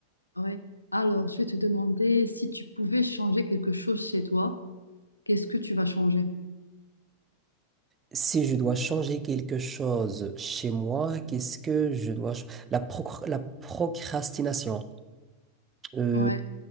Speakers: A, on the left; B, on the right.
A: Ouais. Alors, je vais te demander si tu pouvais changer quelque chose chez toi, qu'est-ce que tu vas changer?
B: Si je dois changer quelque chose chez moi, qu'est-ce que je dois... ch- La, procr- la procrastination. Euh,
A: Ouais.